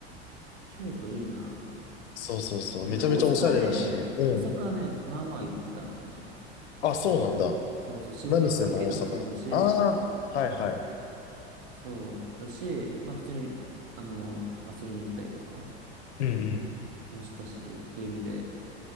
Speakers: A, on the right; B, on the left.
A: 京都いいな。
B: そうそうそう。
A: なんかね、
B: めちゃめちゃおしゃれだし。
A: 大阪ね、
B: うん。
A: 大阪はね、まあまあ行ってたのよね。
B: あ、そうなんだ。
A: そうそう、仕事の関係でもそうだし、
B: 何すんの大阪で。ああ、はいはい。
A: そうだし、まあ普通に、あの、遊びに行ったりとか
B: うんうん。
A: もしたしっていう意味で、